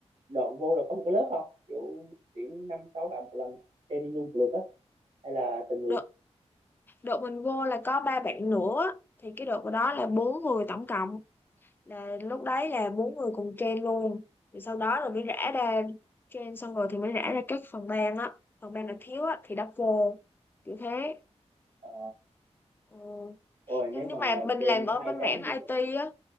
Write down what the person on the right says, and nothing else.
đợt vô là có một cái lớp không kiểu tuyển năm sáu bạn một lần training luôn một lượt á hay là từng người
ờ
rồi nếu
mà
trên
hai
tháng
như
vậy